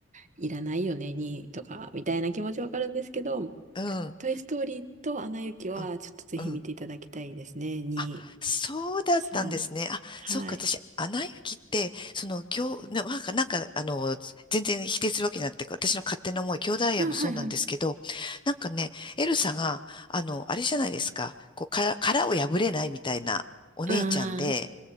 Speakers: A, on the right; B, on the left.
A: いらないよね、2とか、みたいな気持ちわかるんですけど、
B: うん。
A: トイストーリーとアナ雪は、
B: うん。
A: ちょっとぜひ見ていただきたいですね。
B: うん。
A: 2、
B: あ、そうだったんですね。
A: 3、
B: あ、
A: はい。
B: そうか、私、アナ雪って、その、今日、ななんか、なんか、あの、全然否定するわけじゃなくて、私の勝手な思い、兄弟愛もそうなんですけど、
A: あ、はいはい。
B: なんかね、エルサが、あの、あれじゃないですか、こう、殻、殻を破れないみたいなお姉ちゃんで、
A: ああ、